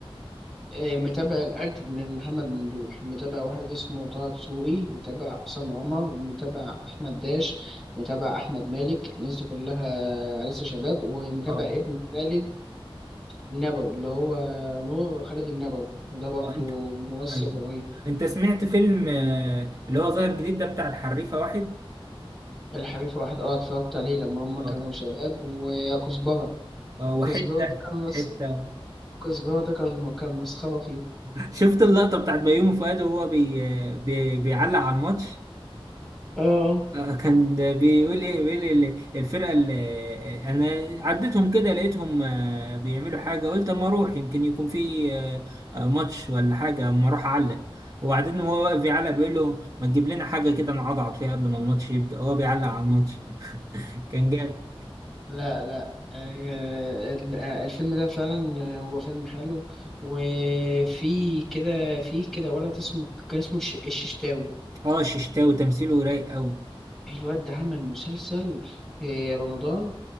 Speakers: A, in the centre; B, on the right.
A: آه، متابع الأجد من محمد ممدوح متابع واحد اسمه طه دسوقي متابع عصام عمر متابع أحمد داش متابع أحمد مالك الناس دي كلها لسه شباب ومتابع
B: اه
A: ابن خالد النبوي اللي هو نور خالد النبوي ده برضه
B: انت
A: ممثل
B: ايوه
A: رهيب
B: انت سمعت فيلم آه، اللي هو ظاهر جديد ده بتاع الحريفه واحد
A: الحريف واحد اه اتفرجت عليه لما هما كانوا
B: اه
A: شباب ويا كزبرة
B: آه، وحته
A: كزبرة ده كان مس...
B: حته آه.
A: كزبرة ده كان كان مسخرة فيه
B: <laughs> شفت اللقطه بتاعت بيومي فؤاد وهو بي... آه، بي... بيعلق على الماتش
A: اه
B: آه، <laughs> كان بيقول ايه بيقول ال- الفرقه اللي آه، انا عديتهم كده لقيتهم آه، بيعملوا حاجه قلت اما اروح يمكن يكون في آه، آه، ماتش ولا حاجه اما اروح اعلق وبعدين هو واقف بيعلق بيقول له ما تجيب لنا حاجه كده نعضعض فيها قبل ما الماتش يبدا هو بيعلق على الماتش <laughs> كان
A: آه.
B: جامد
A: لا لا آه، ال- آه، الفيلم ده فعلا آه، هو فيلم حلو وفي كده في كده ولد اسمه كان اسمه الش- الششتاوي
B: اه الششتاوي تمثيله رايق قوي
A: الواد ده عمل مسلسل في رمضان